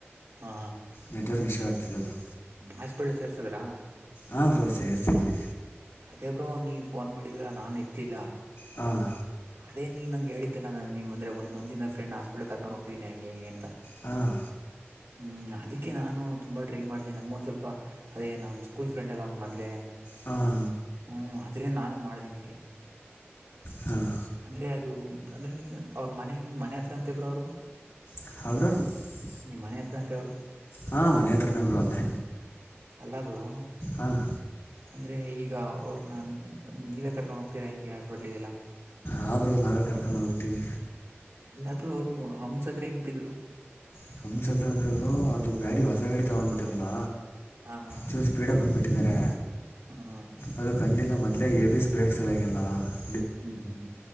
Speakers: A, on the right; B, on the left.
A: ಹಾ
B: ನೆಟ್ವರ್ಕ್ ಇಶ್ಯೂ
A: <inaudible>
B: ಆಗ್ತಿದೆ ಬ್ರೋ
A: ಮಾಸ್ಬಳ್ಳಿ ಸೇರ್ಸದ್ರಾ
B: ಹಾಂಬ್ರೋ ಸೇಸಿದ್ವಿ
A: ಅದೇ ಬ್ರೋ ನೀ ಫೋನ್ ಮಾಡಿದ್ರ ನಾನನ್ ಇತ್ಲಿಲ್ಲ
B: ಹಾಂ
A: ಅೇ ನೀನು ನಂ ಹೇಳಿದ್ದೆ ನಾನ ನೀವು ಅಂದೆ ಒನ್ ಮಂತ್ ಇಂದ ಫ್ರೆಂಡ್ ಹಸ್ಪಟ್ಲ್ ಕರ್ಕೊಂಡ ಹೋಗ್ತಿದೀನಿ ಅಂಗೆ ಇಂಗೆ ಅಂತ
B: ಹಾಂ
A: ಹ್ಮ್ ಅದಿಕ್ಕೆ ನಾನು ತುಂಬಾ ಟ್ರೈ ಮಾಡ್ದೆ ನಂಗೊಂದ್ ಸ್ವಲ್ಪ ಅದೇ ನಮ್ ಸ್ಕೂಲ್ ಫ್ರೆಂಡ್ ಅಲ್ಲ ಅವ್ ಮದ್ಲೆ
B: ಹ
A: ಹ್ಮ್ ಅದ್ರೆ ನಾನು ಮಾಡ್ದೆ ನಿಂಗೆ.
B: ಹಾಂ
A: ಅಂದ್ರೆ ಅದು ಅಂದ್ರೆ ನೀ ಅವ್ರ ಮನೆ ನಿಮ್ಮ ಮನೆ ಹತ್ರ ಅಂತೇ ಬ್ರೋ ಅವರು.
B: <unintelligible>
A: ನಿಮ್ಮ ಮನೆ ಹತ್ರ ಅವ್ರು.
B: ಹಾ ಮನೆ ಹತ್ರನೇ ಬ್ರೋ ಅಲ್ಲೇ.
A: ಅಲ್ಲ ಬ್ರೋ.
B: ಹಾಂ
A: ಅಂದ್ರೆ ಈಗ ಅವ್ರನ್ನ ನೀವೇ ಕರ್ಕೊಂಡ್ ಹೋಗ್ತೀರಾ ಹಿಂಗೆ ಹಾಸ್ಪಿಟ್ಲಿಗೆಲ್ಲಾ.
B: ಹಾ ಬ್ರೋ ನಾವೇ ಕರ್ಕೊಂಡು ಹೋಗತೀವಿ.
A: ಇಲ್ಲಾ ಬ್ರೋ ಅವ್ರು ಹಮಸತ್ರ ಹೆಂಗ ಬಿದ್ರು.
B: <inaudible> ಅಂದ್ರೆ ಬ್ರೋ ಅವರು ಅದು ಗಾಡಿ ಹೊಸ ಗಾಡಿ ತಗೊಂಡ್ ಬಿಟ್ಟ್ರಲ್ಲ
A: ಹಾ ಹಾ
B: ಚೂರ ಸ್ಪೀಡ ಆಗಿ ಬಂದ್ಬಿಟ್ಟ. ಇಟ್ಟಿದ್ದಾರೆ
A: ಹ್ಮ್ ಹ್ಮ್
B: ಅದು ಕಂಡಿಲ್ಲ ಮೊದ್ಲೇ ಎ ಬಿ ಎಸ್ ಬ್ರೇಕ್. <inaudible>
A: ಹ್ಮ್ ಹ್ಮ್